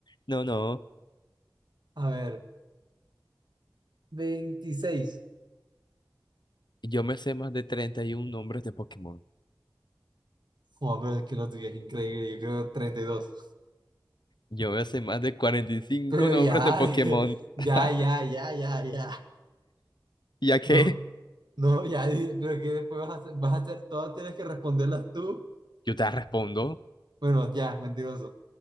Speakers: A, on the left; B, on the right.
A: No, no.
B: A ver, veintiséis
A: Yo me sé más de 31 nombres de Pokémon.
B: Oh, pero es que lo tuyo es increíble. Yo creo treinta y dos
A: Yo me sé más de 45
B: Pero
A: nombres
B: ya,
A: de Pokémon.
B: <laughs> ya,
A: <laughs>
B: ya, ya, ya, ya.
A: ¿Ya que
B: No. No, ya, di- pero que después vas a hacer, vas a hacer todas, tienes que responderlas tú.
A: Yo te respondo.
B: Bueno, ya, mentiroso.